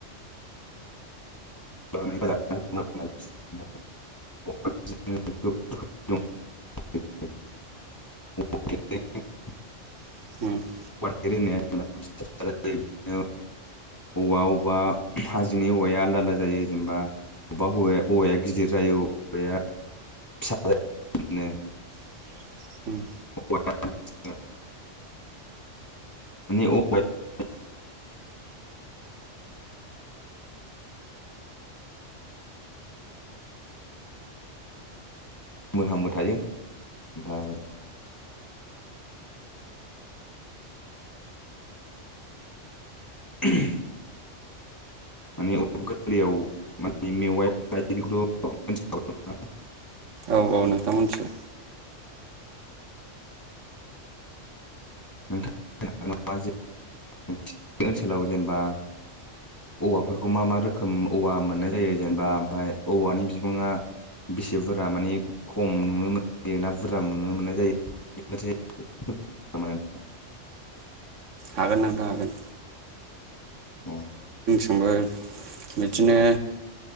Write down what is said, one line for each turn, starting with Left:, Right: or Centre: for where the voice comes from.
Left: <unintelligible> <unintelligible> <unintelligible>
Right: <unintelligible>
Left: <unintelligible> औवा अबेबा हाजोनि औवाया आलदा आलदा जायो जेनेबा बबेबा हौवाया ओवाया गिदिर जायोब औवाया फिसा जायो बिदिनो
Right: <inaudible>
Left: <unintelligible> <unintelligible> बोहांबो थायो ओमफ्राय <unintelligible> <unintelligible> <unintelligible> <unintelligible>
Right: औ औ नोंथां मोन्थियो
Left: <unintelligible> औवाफोरखौ मा मा रोखोम औवा मोननाय जायो जेनेबा ओमफ्राय औवानि बिबांङा बेसे बुरजा माने खम नुनो मोनायो ना बुरजा नुनो मोननाय जायो बिनि मोनसे <unintelligible>
Right: हागोन नोंथां हागोन
Left: औ
Right: ओंफ्राय बिदिनो